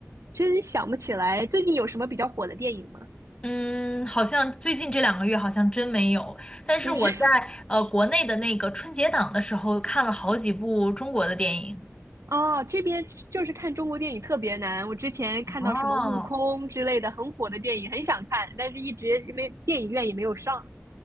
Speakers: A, on the right; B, on the left.
A: 真想不起来最近有什么比较火的电影吗？
B: 嗯，好像最近这两个月好像真没有，但是我在
A: 就是 <laughs>
B: 呃国内的那个春节档的时候看了好几部中国的电影。
A: 哦，这边就是看中国电影特别难。我之前看到什么《悟空》之类的很火的电影，
B: 哦
A: 很想看，但是一直没电影院也没有上。